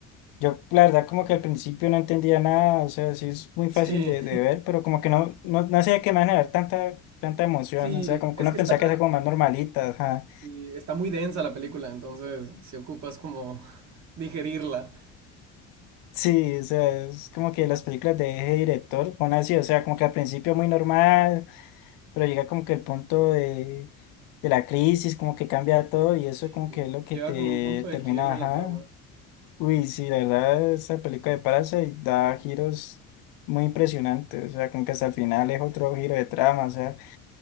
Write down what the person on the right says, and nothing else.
Sí,
<laughs> sí,
es
que
está,
sí, está muy densa la película, entonces si ocupas como <laughs> digerirla.
Sí,
llega
como un punto de
quiebre
la trama.